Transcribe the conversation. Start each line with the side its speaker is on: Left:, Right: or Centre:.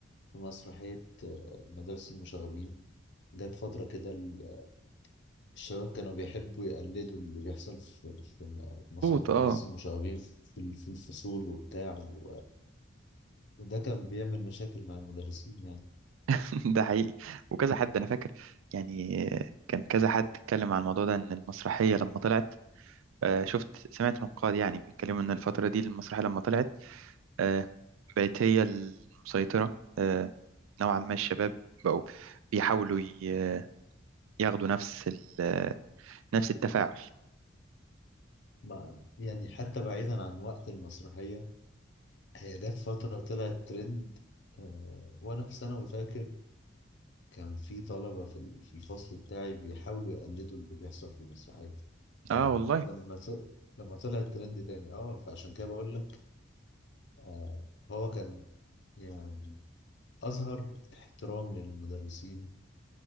Left: في مسرحية آه، مدرسة المشاغبين جت فترة كده ال- الشباب كانوا بيحبوا يقلدوا اللي بيحصل في في م- مسرحية
Right: مظبوط
Left: مدرسة
Right: اه
Left: المشاغبين في ال- في الفصول وبتاع و- وده كان بيعمل مشاكل مع المدرسين يعني
Right: <laughs> ده حقيقي وكذا حد أنا فاكر يعني آه، كان كذا حد اتكلم عن الموضوع ده إن المسرحية لما طلعت آه، شفت سمعت نقاد يعني بيتكلموا إن الفترة دي المسرحية لما طلعت آه، بقت هي المسيطرة آه، نوعا ما الشباب بقوا بيحاولوا ي- ياخدوا نفس ال- نفس التفاعل
Left: مع يعني حتى بعيدا عن وقت المسرحية هي جت فترة طلعت ترند آه، وأنا في ثانوي فاكر كان في طلبة في ال- في الفصل بتاعي بيحاولوا يقلدوا اللي بيحصل في المسرحية فلما
Right: اه والله
Left: ط- لما طلع الترند تاني اه فعشان كده بقول لك آه هو كان يعني أظهر احترام للمدرسين